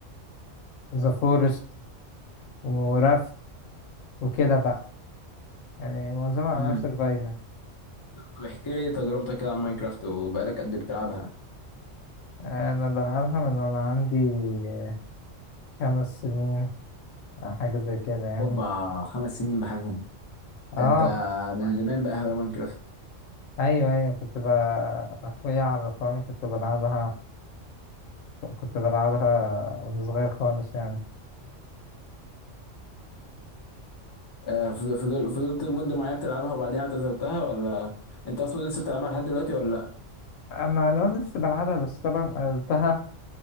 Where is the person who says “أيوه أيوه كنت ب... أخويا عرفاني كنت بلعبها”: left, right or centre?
Left